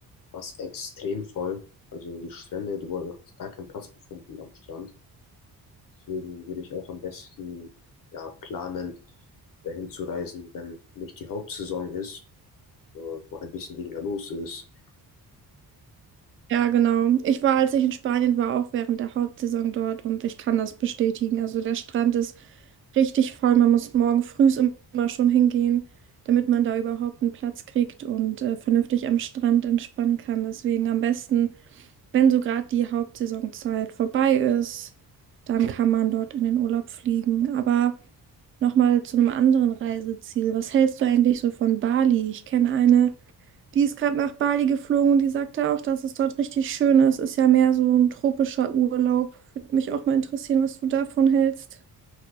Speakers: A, on the left; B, on the right.
A: war es extrem voll. Also die Strände, du hast gar keinen Platz gefunden am Strand. Deswegen würde ich auch am besten ja, planen, dahin zu reisen, wenn nicht die Hauptsaison ist, wo wo halt ein bisschen weniger los ist.
B: ja, genau. Ich war, als ich in Spanien war, auch während der Hauptsaison dort und ich kann das bestätigen. Also der Strand ist richtig voll. Man muss morgen früh immer schon hingehen, damit man da überhaupt einen Platz kriegt und äh, vernünftig am Strand entspannen kann. Deswegen am besten, wenn so gerade die Hauptsaisonzeit vorbei ist, dann kann man dort in den Urlaub fliegen. Aber nochmal zu einem anderen Reiseziel. Was hältst du eigentlich so von Bali? Ich kenne eine. Die ist gerade nach Bali geflogen und die sagte auch, dass es dort richtig schön ist. Ist ja mehr so ein tropischer Urlaub. Würde mich auch mal interessieren, was du davon hältst.